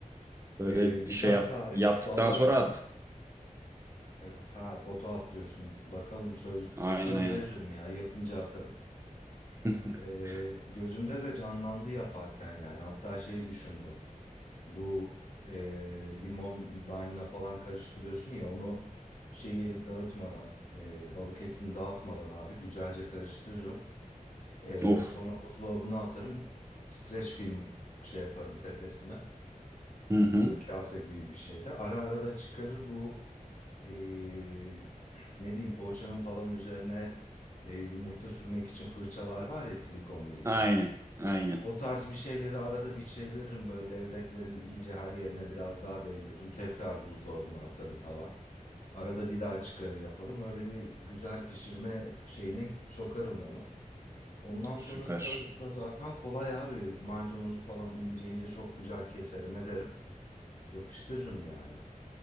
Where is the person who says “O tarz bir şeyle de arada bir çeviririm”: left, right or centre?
Left